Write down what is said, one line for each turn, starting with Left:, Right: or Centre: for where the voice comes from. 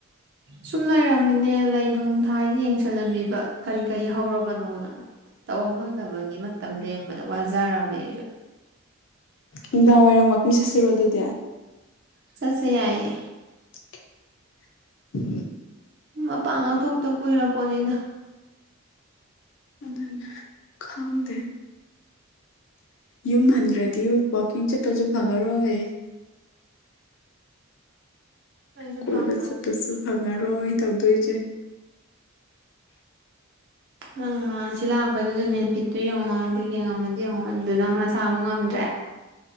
Right: ꯁꯨꯝ ꯂꯩꯔꯝꯃꯤꯅꯦ ꯂꯩ ꯅꯨꯡ ꯊꯥꯏꯁꯦ ꯌꯦꯡꯁꯜꯂꯝꯃꯤꯕ ꯀꯔꯤ ꯀꯔꯤ ꯍꯧꯔꯕꯅꯣꯅ ꯇꯧꯐꯝ ꯈꯪꯗꯕꯒꯤ ꯃꯇꯝ ꯂꯦꯟꯕꯗ ꯋꯥꯖꯔꯝꯃꯦ ꯑꯩꯁꯨ
Left: ꯅꯨꯡꯗꯥꯡ ꯋꯥꯏꯔꯝ ꯋꯥꯀꯤꯡ ꯆꯠꯁꯤꯔꯣ ꯑꯗꯨꯗꯤ
Right: ꯆꯠꯁꯦ ꯌꯥꯏꯌꯦ
Left: <inaudible>
Right: ꯃꯄꯥꯟꯒꯥ ꯊꯣꯛꯇ ꯀꯨꯏꯔꯄꯣꯅꯤꯗ
Left: ꯑꯗꯨꯅꯦ ꯈꯪꯗꯦ ꯌꯨꯝ ꯍꯟꯈ꯭ꯔꯗꯤ ꯋꯥꯛꯀꯤꯡ ꯆꯠꯄꯁꯨ ꯐꯪꯉꯔꯣꯏ
Right: ꯑꯩꯁꯨ
Left: ꯀꯣꯏꯕ
Right: ꯄꯥꯝꯃꯣꯏꯗ
Left: ꯆꯠꯄꯁꯨ ꯐꯪꯉꯔꯣꯏ ꯇꯧꯗꯣꯏꯁꯦ <inaudible>
Right: ꯅꯪ ꯅꯍꯥꯟ ꯁꯤ ꯂꯥꯛꯄꯗꯨꯁꯨ ꯃꯦꯟꯐꯤꯠꯇꯣ ꯌꯦꯡꯉꯣ ꯑꯗꯨ ꯌꯦꯡꯉꯝꯃꯗꯤ ꯌꯦꯡꯉꯣ ꯑꯗꯨ ꯅꯪ ꯅꯁꯥꯥ ꯑꯃꯨꯛ ꯉꯝꯗ꯭ꯔꯦ